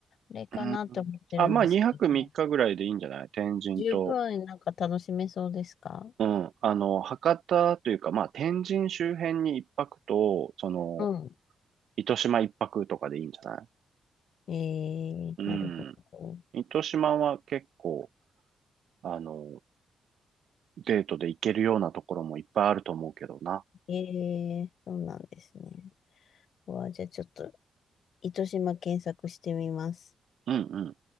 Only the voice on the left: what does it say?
れかなって思ってるんですけど、
十分なんか楽しめそうですか
うん。
えー、
なるほど。
えー、そうなんですね。うわ、じゃあちょっと、糸島検索してみます。